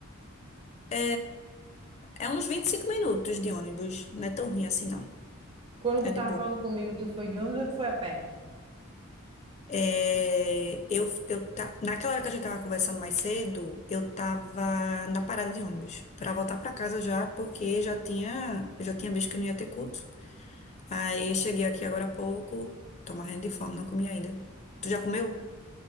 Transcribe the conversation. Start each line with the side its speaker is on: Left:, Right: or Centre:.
Left: É, é uns 25 minutos de ônibus, não é tão ruim assim, não.
Right: Quando
Left: É
Right: tu
Left: de
Right: tava
Left: boa.
Right: falando comigo, tu foi de ônibus ou tu foi a pé?
Left: É, eu, eu ta- naquela hora que a gente tava conversando mais cedo, eu tava na parada de ônibus pra voltar pra casa já, porque já tinha, eu já tinha visto que eu não ia ter culto. Aí eu cheguei aqui agora há pouco, tô morrendo de fome, não comi ainda. Tu já comeu?